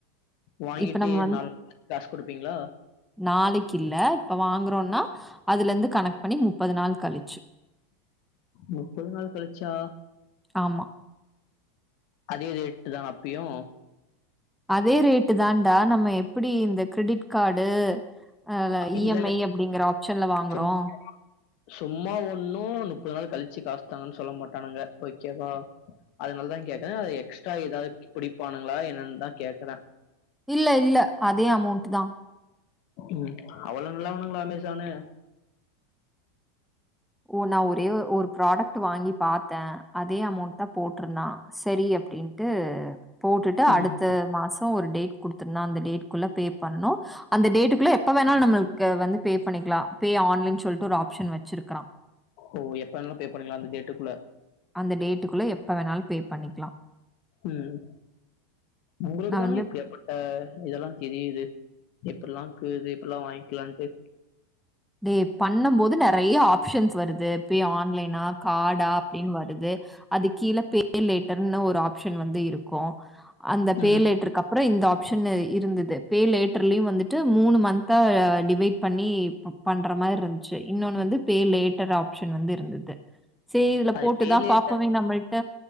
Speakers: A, on the left; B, in the centre.
A: வாங்கிட்டு
B: இப்ப நம்ம
A: நாலு நாள் காசு குடுப்பீங்ளா
B: நாளைக்கில்ல இப்ப வாங்குறோனா அதுல இருந்து கணக்கு பண்ணி முப்பது நாள் கழிச்
A: முப்பது நாள் கழிச்சா
B: ஆமா.
A: அதே ரேட்தா அப்பயு
B: அதே ரேட்டு தான்டா நம்ம எப்பிடி இந்த கிரெடிட் கார்டு அல இ
A: இல்லங்க.
B: எம் ஐ அப்டிங்குற ஆப்ஷன்ல வாங்றோ
A: சும் சும்மா ஒண்ணூ நுப்பது நாள் கழிச்சு காசு தாங்கன்னு சொல்ல மாட்டானுங்க ஓகேவா அதனாலதா கேக்கறே அது எக்ஸ்ட்ரா ஏதாவது பிடிப்பானுங்களா என்ன்னு தா கேக்கறே
B: இல்ல இல்ல அதே அமௌன்ட் தா
A: ம் அவ்ளோ நல்லவனுங்களா அமேசானு
B: ஓ நா ஒரே ஒரு ப்ராடக்ட் வாங்கி பாத்தே அதே அமௌண்ட தா போட்டுருந்தா சரி அப்டின் ட்டு போட்டுட்டு
A: ம்.
B: அடுத்த மாசம் ஒரு டேட் குடுத்துருந்தா அந்த டேட்குள்ள பே பண்ணோ அந்த டேட்டுக்குள்ள எப்ப வேணாலு நம்மளுக்கு வந்து பே பண்ணிக்கலா பே ஆன்னு சொல்லிட்டு ஒரு ஆப்ஷன் வெச்சிருக்கறா
A: ஓ எப்ப வேணாலு பே பண்ணிக்கலா அந்த டேட்டுக்குள்ள
B: அந்த டேட்டுக்குள்ள எப்ப வேணாலு பே பண்ணிக்கலா
A: ம் உங்ளுக்கு
B: நான்
A: தாங்க
B: வந்து
A: இப்டியாப்பட் ஆ இதெல்லா தெரியுது எப்டில்லாங்க்கூது இப்பெல்லா வாங்கிலான்ட்டு
B: டேய் பண்ணம் போது நெறய ஆப் ஷன்ஸ் வருது பே ஆன்லைனா கார்டா அப்டின் வருது அதுக் கீழ பே லேட் டர்னு ஒரு ஆப்ஷன் வந்து இருக்கூ அந்த பேலேட்டருக்கு
A: ம்.
B: அப்புறொ இந்த ஆப்ஷன் இருந் தது பே லேட்டர்லயூ வந்துட்டு மூனு மந்த்தா டிவைட் பண்ணி பண்ற மாரி இருந்துச்சு இன்னொன்னு வந்து பே லேட்டர் ஆப்ஷன் வந்து இருந்தது சேரி இதுல
A: அது
B: போட்டுதா
A: பே லேட்டு
B: பாப்போமோ நம்மள்ட்ட